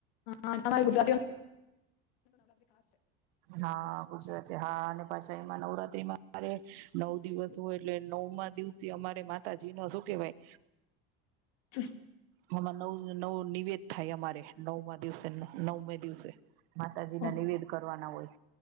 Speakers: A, on the left; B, on the right.
A: હ તમે ગુજરાતીઓ
B: હા ગુજરાતી હા અને પાછા એમાં નવરાત્રીમાં અરે નવ દિવસ હોય એટલે નવમાં દિવસે અમારે માતાજી નો શું કેવાય
A: <inaudible>
B: આમાં નવ નવ નિવેદ થાય અમારે નવમાં દિવસે નવમ દિવસે માતાજી ના
A: ઓ,
B: ન નિવેદ કરવા ના હોય